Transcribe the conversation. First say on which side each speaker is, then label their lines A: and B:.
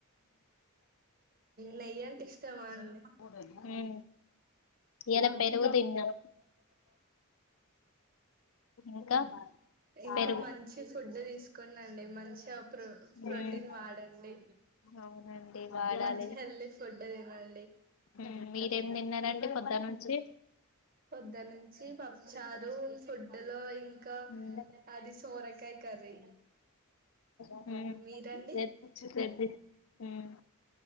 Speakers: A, on the right; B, on the left.
A: నెయ్యి అంటే ఇష్టమా, అం ఆహా
B: ఉమ్ ఇయాల పెరుగు తిన్నాం ఇంకా
A: ఇంకా
B: పెరుగు
A: మంచి ఫుడ్ తీసుకోండి మంచి ప్రో ప్రోటీన్
B: ఉమ్
A: వాడండి.
B: అవునండి వాడాలి
A: మంచి హెల్ది ఫుడ్ తినండి,
B: ఉమ్ మీరేం తిన్నారండి పొద్దు నుంచి
A: పొద్దనుంచి పప్పుచారు ఫుడ్డులో ఇంకా
B: ఉమ్
A: అది సోరకాయ కర్రీ
B: ఉమ్
A: మీరండి,
B: రేపు రేపు తీస్ ఉమ్